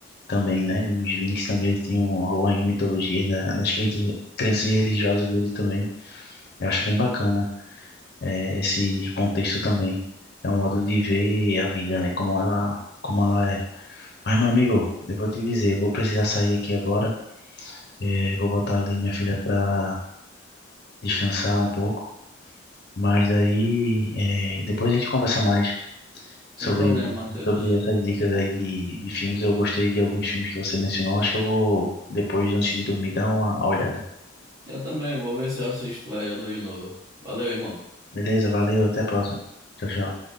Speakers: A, on the left (about 55°); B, on the right (about 20°).
A: também, né, os Vikings também eles tinham algumas mitologias, né, nas crenças, crenças religiosas deles também, eu acho bem bacana. é, esse contexto também. É um modo de ver a vida, né? Como ela, como ela é. Mas, meu amigo, eu vou te dizer, eu vou precisar sair aqui agora. É, vou botar ali minha filha para descansar um pouco. Mas aí, é, depois a gente conversa mais
B: sem
A: sobre,
B: problema, Matheus.
A: sobre essas dicas aí de, de filmes. Eu gostei de alguns filmes que você mencionou. Acho que eu vou, depois, antes de dormir, dar uma olhada.
B: Eu também, vou ver se eu assisto Gladiador de novo. Valeu, irmão.
A: Beleza, valeu, até a próxima. Tchau, tchau.